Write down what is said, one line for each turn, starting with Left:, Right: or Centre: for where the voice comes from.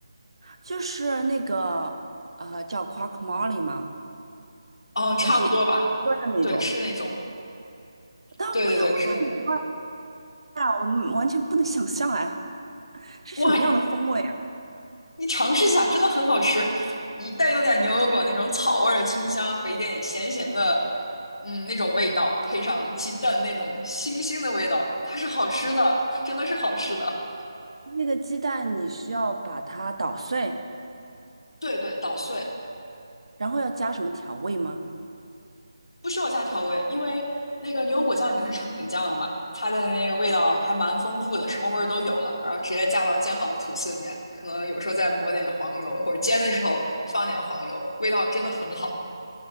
Right: 就是那个呃叫 q u a c k m o l e 吗？
Left: 哦，差不多吧。
Right: 就是一锅的那种，
Left: 对，是那种，
Right: 但味道会不会很怪
Left: 对对对，是那种。
Right: 啊？我完全不能想象哎，是什么样的风味啊？
Left: 哇，你你尝试一下，真的很好吃，一带有点牛油果那种草味儿的清香和一点点咸咸的，嗯，那种味道，配上鸡蛋那种腥腥的味道，它是好吃的，真的是好吃的。
Right: 那个鸡蛋你需要把它捣碎，
Left: 对对，捣碎，
Right: 然后要加什么调味吗？
Left: 不需要加调味，因为那个牛油果酱已经是成品酱了嘛，它的那个味道还蛮丰富的，什么味儿都有了，然后直接加到煎好的吐司里面，可能有时候再抹点黄油，或者煎的时候放点黄油，味道真的很好。